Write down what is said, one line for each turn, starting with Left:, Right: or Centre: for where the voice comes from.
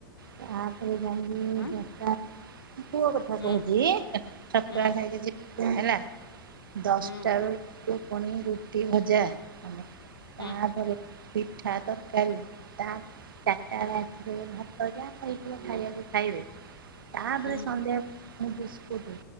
Right: ତାପରେ ଯାଇଁକି
Left: ଆଁ
Right: ଦଶଟା ପୁଅ କଥା
Left: ହୁଁ
Right: କହୁଚି ଛତୁଆ
Left: ହୁଁ
Right: ଖାଇକି ଯିପ୍ ହେରା ଦଶଟା
Left: ହୁଁ
Right: ରୁ ପୁଣି ରୁଟି, ଭଜା ଆମେ
Left: ହୁଁ
Right: ତାପରେ ପିଠା ତର କାରି ତାପ ଚାଟା ଏଳେ ଆସିକି ଭାତ ଯା <unintelligible> ଖାୟାକୁ ଖାଇବେ ତାପରେ
Left: ହୁଁ
Right: ସନ୍ଧ୍ୟା ମୁଁ ବିସ୍କୁଟ